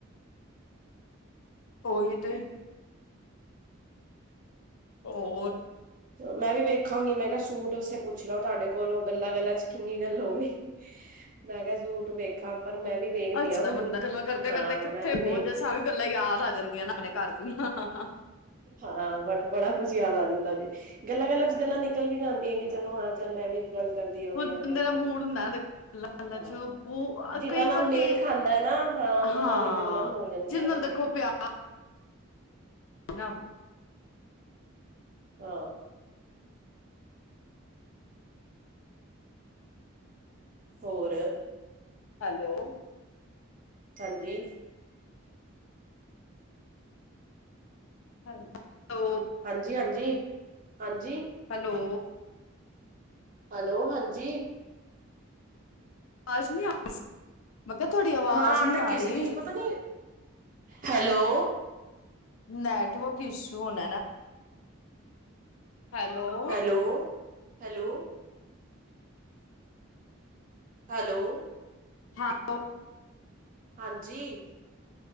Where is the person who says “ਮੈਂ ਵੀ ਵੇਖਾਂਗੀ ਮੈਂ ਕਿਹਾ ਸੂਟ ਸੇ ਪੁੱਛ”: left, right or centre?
Right